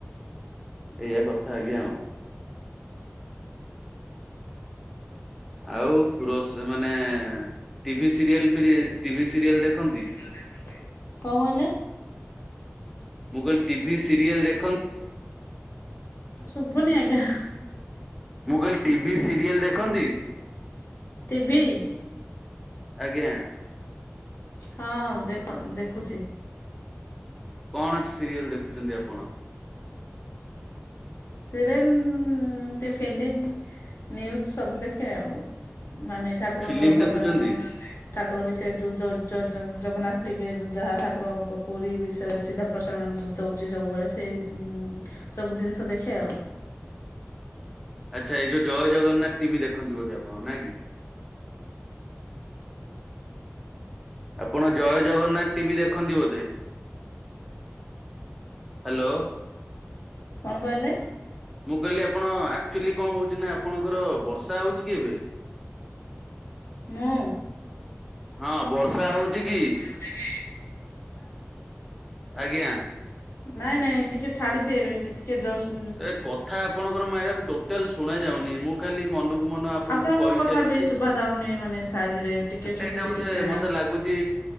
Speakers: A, in the centre; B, on the left.
A: ଏଇଆ କଥା ଆଜ୍ଞା ଆଉ। ଆଉ ରୋଷ୍ ମାନେ, ଟିଭି ସିରିଏଲ୍ ଫିରି ଟିଭି ସିରିଏଲ୍ ଦେଖନ୍ତି?
B: <unintelligible> ଦେଖନ୍ତି? କଣ କହିଲେ?
A: ମୁଁ କହିଲି ଟିଭି ସିରିଏଲ୍ ଦେଖ୍
B: ଦେଖନ୍ତି?
A: ମୁଁ କହିଲ ଟିଭି ସିରିଏଲ୍ ଦେଖନ୍ତି?
B: ଟିଭି
A: ଆଜ୍ଞା।
B: ହଁ, ଦେଖ ଦେଖୁଚି।
A: କଣ ସିରିଏଲ ଦେଖୁଚନ୍ତି ଆପଣ?
B: ସିରିୟଲ୍, ଏମିତି ଫିଲିମ୍ ନିଉଜ୍ ସବୁ ଦେଖେ ଆଉ, ମାନେ ଠାକୁରଙ୍କର
A: ଫିଲ୍ମ
B: ଭଜନ
A: ଦେଖୁଛନ୍ତି?
B: ଠାକୁର ବିଷୟରେ ଯେଉଁ ଜ-ଜ-ଜ-ଜଗନ୍ନାଥ ଟିଭିରେ ଯେଉଁ ଯାହା ଠାକୁରଙ୍କ ପୁରୀ ବିଷୟରେ ସିଧା ପ୍ରସାରଣ ଦଉ ଚି ସବୁବେଳେ, ସେଇ ସବୁ ଜିନିଷ ଦେଖେ ଆଉ।
A: ଆଛା, ଏଇ ଯୋଉ ଜୟ ଜଗନ୍ନାଥ ଟିଭି ଦେଖନ୍ତି ବୋଧେ ଆପଣ? ନାଁ କି। ଆପଣ ଜୟ ଜଗନ୍ନାଥ ଟିଭି ଦେଖନ୍ତି ବୋଧେ? ହାଲୋ।
B: କଣ କହିଲେ?
A: ମୁଁ କହିଲି ଆପଣ, ଆକ୍ଚୁଆଲି କଣ ହଉଚି ନା, ଆପଣଙ୍କର ବର୍ଷ ର୍ଷା ହଉଚି କି ଏବେ?
B: ମୁଁ
A: ହଁ ବର୍ଷା ହଉଚି କି?
B: ହଉଚି କି?
A: ଆଜ୍ଞା।
B: ନାଇଁ ନାଇଁ ଟିକେ ଛାଡିଚି ଏବେ, ଟିକେ ଟିକେ ଜଷ୍
A: ଏ କଥା ଆପଣଙ୍କର ମ୍ୟାଡାମ୍ ଟୋଟାଲ ଶୁଣା ଯାଉନି, ମୁଁ ଖାଲି ମନକୁ ମନ ଆପଣଙ୍କୁ
B: ଆପଣଙ୍କ
A: କହି
B: କଥା
A: ଚାଲିଚି,
B: ବି ଶୁଭା ଯାଉନି ମାନେ ସାଇଜରେ ଟିକେ
A: ତାଲେ
B: ଶୁଭୁଛି
A: ଏଇଟା ବୋଧେ
B: ଟିକେ ନାହିଁ।
A: ମତେ ଲାଗୁ ଚି